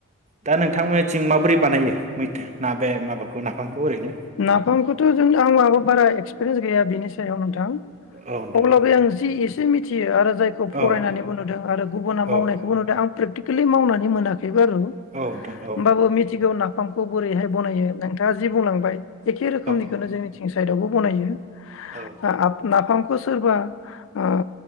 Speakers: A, on the right; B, on the left.
A: दा नोंथांमोननि थिं माबोरै बानायो मैथा ना बे माबाखौ नाफामखौ ओरैनो
B: नाफामखौथ' जों आं महाबो बारा एक्सपिरियेन्स गैया बेनि सायाव नोंथां।
A: औ नोंथां
B: अब्लाबो आं जि एसे मिथियो आरो जायखौ फरायनानैबो
A: औ
B: नुदों आरो गुबुना
A: औ
B: मावनायखौबो
A: नोंथां
B: नुदों आं प्रेकटिकेलि मावनानै मोनाखै। बे बारु होमबाबो
A: औ नोंथां
B: मिथिगौ ना। फामखौ बोरैहाय बनायो नोंथाङा जि बुंलांबाय एखे रोखोमैखौ
A: औ नोंथां
B: जोंनिथिं साइदआवबो बनायो।
A: औ
B: ना नाफाम सोरबा ओ